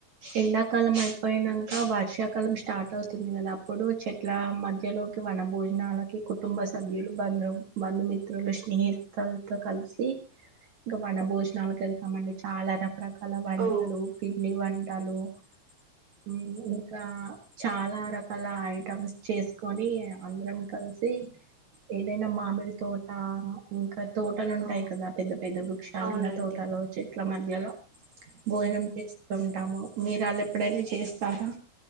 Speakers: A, on the right (about 55°); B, on the right (about 80°).
A: ఎండాకాలం అయిపోయినంక వర్షాకాలం స్టార్ట్ అవుతుంది కదా అప్పుడు చె ట్లా మధ్యలోకి వన భోజనాలకి కుటుంబ సభ్యులు బంధు బంధుమి తు స్నేహికల్తో కలిసి ఇంకా వన భోజనాలకు వెళ్తామండి చాలా రకరకాల వంటలు
B: ఓ
A: పిండి వంటలు హ్మ్ ఇంకా చాలా రకాల ఐటమ్స్ చేసుకొని అందరం కలిసి ఏదైనా మామిడి తోట ఇంకా తోటలుంటాయి
B: ఆ
A: కదా పెద్ద పెద్ద వృక్షాలున్న
B: అవునండి
A: తోటలు చెట్ ఇట్ల మధ్యలో భోజనం చేస్తుంటాము మీరు అలా ఎప్పుడైనా చేస్తారా